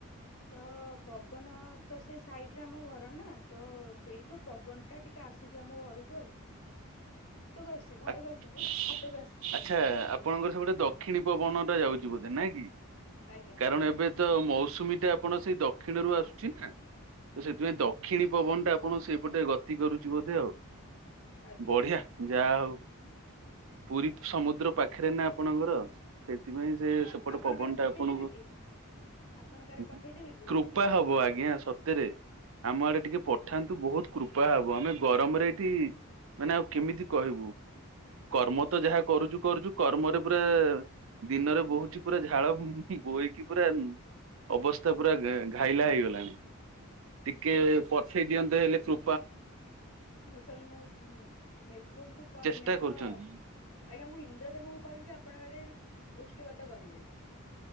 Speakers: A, on the left (about 65°); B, on the right (about 60°).
A: ତ ପବନ ତ ସେଇ ସାଇଡ ରେ ଆମ ଘର ନା ତ ସେଇଠୁ ପବନ ଟା ଟିକେ ଆସୁଛି ଆମ ଘରକୁ ଆଉ। ଆସୁଛି ଘରକୁ
B: ଆଚ୍ଛା
A: ଆସୁନି ଛାତକୁ ଆସୁଛି।
B: ଆପଣଙ୍କର ସେ ପଟେ ଦକ୍ଷିଣୀ ପବନ ଟା ଯାଉଛି। ନାହିଁ କି।
A: ଆଜ୍ଞା
B: କାରଣ ଏବେ ତ ମଉସ ମୌସୁମୀ ଟା ଆପଣ ସେଇ ଦକ୍ଷିଣ ର ଆସୁଛି ନା। ତ ସେଥିପାଇଁ ଦକ୍ଷିଣୀ ପବନ ଟା କୌଣସି ଏପଟେ ଗତି କରୁଛି ବୋଧେ ଆଉ।
A: ଆଜ୍ଞା
B: ବଢିଆ ଯାହା ହଉ। ପୁରୀ
A: ଆଜ୍ଞା
B: ସମୁଦ୍ର ପାଖରେ ନା ଆପଣଙ୍କ ଘର ସେଥିପାଇଁ ସେ
A: ଆ
B: ସେପଟ
A: ଆପଣଙ୍କ
B: ପବନ
A: ଆଡେ
B: ଟା
A: ପଠେଇଦେବେ
B: ଆପଣଙ୍କୁ
A: କି? ଆପଣଙ୍କ ଆଡେ ପଠେଇଦେବେ କି?
B: କୃପା ହବ ଆଜ୍ଞା ସତରେ ଆମ ଆଡେ ଟିକେ ପଠାନ୍ତୁ ବହୁତ। କୃପା ହବ ଆମେ ଗରମରେ ଏଇଠି ମାନେ ଆଉ କେମିତି କହିବୁ। କର୍ମ ତ ଯାହା କରୁଛୁ କରୁଛୁ କର୍ମରେ ପୁରା ଦିନରେ ବୋହୁଛି ପୁରା ଝାଳ ବୋହିକି ପୁରା ଅବସ୍ଥା ପୁରା ଘାଇଲା ହେଇଗଲାଣି। ଟିକେ ପଠେଇ ଦିଅନ୍ତେ ହେଲେ ପ୍ରୁ
A: ହଁ ସାର୍ ମୁଁ ମେଘଙ୍କୁ
B: ଚେଷ୍ଟା
A: ମେଘ
B: କରୁଛନ୍ତି।
A: ଆଜ୍ଞା ମୁଁ ଇନ୍ଦ୍ର ଦେବଙ୍କୁ କହିବି କି ଆପଣଙ୍କ ଆଡେ ବୃଷ୍ଟିପାତ କରିବେ